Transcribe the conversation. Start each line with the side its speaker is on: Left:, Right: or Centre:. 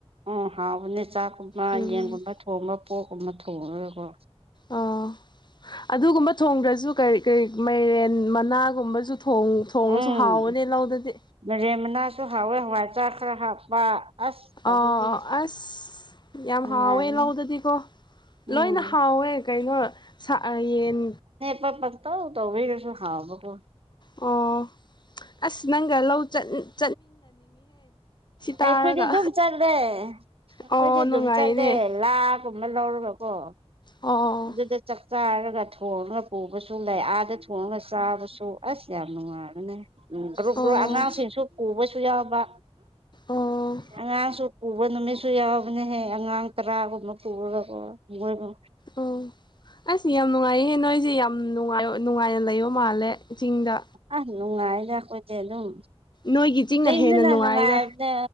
Right: ꯎꯝ ꯍꯥꯎꯕꯅꯦ ꯆꯥꯛꯀꯨꯝꯕ
Left: ꯎꯝ
Right: ꯌꯦꯟꯒꯨꯝꯕ ꯊꯣꯡꯕ ꯄꯣꯛꯀꯨꯝꯕ ꯊꯣꯡꯉꯒꯀꯣ
Left: ꯑꯣ ꯑꯗꯨꯒꯨꯝꯕ ꯊꯣꯡꯗ꯭ꯔꯁꯨ ꯀꯔꯤ ꯀꯔꯤ ꯃꯥꯏꯔꯦꯟ ꯃꯅꯥ ꯒꯨꯝꯕꯁꯨ ꯊꯣꯡ ꯊꯣꯡꯉꯁꯨ
Right: ꯎꯝ
Left: ꯍꯥꯎꯕꯅꯦ ꯂꯧꯗꯗꯤ
Right: ꯃꯥꯏꯔꯦꯟ ꯃꯅꯥꯁꯨ ꯍꯥꯎꯋꯦ ꯍꯋꯥꯏ ꯆꯛ ꯈꯔ ꯍꯥꯞꯄ ꯑꯁ ꯑꯗꯨꯗꯤ
Left: ꯑꯣ ꯑꯁ ꯌꯥꯝ
Right: ꯅꯨꯡꯉꯥꯏꯕꯅꯦ
Left: ꯍꯥꯎꯋꯦ ꯂꯧꯗꯗꯤꯀꯣ
Right: ꯎꯝ
Left: ꯂꯣꯏꯅ ꯍꯥꯎꯋꯦ ꯀꯩꯅꯣ ꯁꯥꯛꯑ ꯌꯦꯟ
Right: ꯄꯠ ꯄꯪꯇꯧ ꯇꯧꯋꯦꯒꯁꯨ ꯍꯥꯥꯎꯕꯀꯣ
Left: ꯑꯣ ꯑꯁ ꯅꯪꯒ ꯂꯧ ꯆꯠ ꯇꯥꯔꯒ
Right: ꯑꯩꯈꯣꯏꯗꯤ ꯑꯗꯨꯝ ꯆꯠꯂꯦ ꯑꯩꯈꯣꯏꯗꯤ
Left: ꯑꯣ ꯅꯨꯡꯉꯥꯏꯅꯦ
Right: ꯑꯗꯨꯝ ꯆꯠꯂꯦ ꯂꯥꯒꯨꯝꯕ ꯂꯧꯔꯒꯀꯣ
Left: ꯑꯣ
Right: ꯑꯗꯨꯗ ꯆꯥꯛ ꯆꯥꯔꯒ ꯊꯣꯡꯉꯒ ꯄꯨꯕꯁꯨ ꯂꯩ ꯑꯥꯗ ꯊꯣꯡꯉꯒ ꯆꯥꯕꯁꯨ ꯑꯁ ꯌꯥꯝ ꯅꯨꯡꯉꯥꯏꯕꯅꯦ ꯎꯝ ꯒ꯭ꯔꯨꯞ
Left: ꯑꯣ
Right: ꯒ꯭ꯔꯨꯞ ꯑꯉꯥꯡꯁꯤꯡꯁꯨ ꯄꯨꯕꯁꯨ ꯌꯥꯎꯕ
Left: ꯑꯣ
Right: ꯑꯉꯥꯡꯁꯨ ꯎꯕ ꯅꯨꯃꯤꯠꯁꯨ ꯌꯥꯎꯕꯅꯦꯍꯦ ꯑꯉꯥꯡ ꯇꯔꯥꯒꯨꯝꯕ ꯄꯨꯔꯒꯀꯣ ꯃꯣꯏꯕꯨ
Left: ꯑꯣ ꯑꯁ ꯌꯥꯝ ꯅꯨꯡꯉꯥꯏꯌꯦꯍꯦ ꯅꯣꯏꯁꯦ ꯌꯥꯝ ꯅꯨꯡꯉꯥꯏ ꯅꯨꯡꯉꯥꯏꯅ ꯂꯩꯌꯣ ꯃꯥꯜꯂꯦ ꯆꯤꯡꯗ
Right: ꯑ ꯅꯨꯡꯉꯥꯏꯗ ꯑꯈꯣꯏꯗꯤ ꯑꯗꯨꯝ
Left: ꯅꯣꯏꯒꯤ ꯆꯤꯡꯅ
Right: ꯆꯤꯡꯗꯅ
Left: ꯍꯦꯟꯅ ꯅꯨꯡꯉꯥꯏꯗ
Right: ꯅꯨꯡꯉꯥꯏꯕꯅꯦ